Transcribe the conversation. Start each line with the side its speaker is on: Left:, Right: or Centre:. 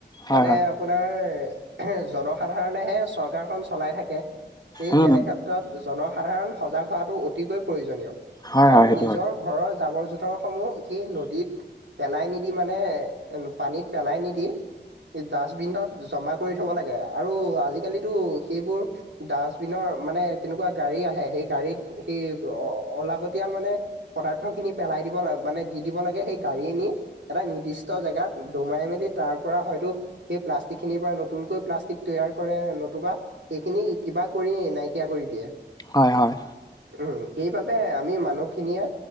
Left: হয়,
Right: মানে,
Left: হয়,
Right: আপোনাৰ জনসাধাৰণেহে চৰকাৰখন চলাই থাকে।
Left: উম।
Right: তেনেক্ষেত্ৰত জনসাধাৰণ সজাগ হোৱাটো অতিকৈ প্ৰয়োজনীয়
Left: হয়
Right: কাৰণ
Left: হয় সেইটো
Right: নিজৰ, ঘৰৰ জাবৰ জোথৰ সমূহ সেই নদীত পেলাই নিদি মানে, মানে পানীত পেলাই নিদি। ডাষ্টবিনত জমা কৰি থব লাগে আৰু আজিকালিতো সেইবোৰ ডাষ্ট, বিনৰ মানে তেনেকুৱা গাড়ী আহে সেই গাড়ীত সেই অলাগতিয়াল মানে, পদাৰ্থ খিনি পেলাই দিব ল মানে দি দিব লাগে সেই গাড়ীয়ে নি এটা নিৰ্দিষ্ট জেগাত দমাই মেলি তাৰ পৰা হয়তো, সেই প্লাষ্টিক খিনিৰ পৰা নতুনকৈ প্লাষ্টিক তৈয়াৰ কৰে নতুবা সেইখিনি কিবা, কৰিয়েই নাইকিয়া কৰি দিয়ে।
Left: হয় হয়।
Right: উম সেইবাবে আমি মানুহখিনিয়ে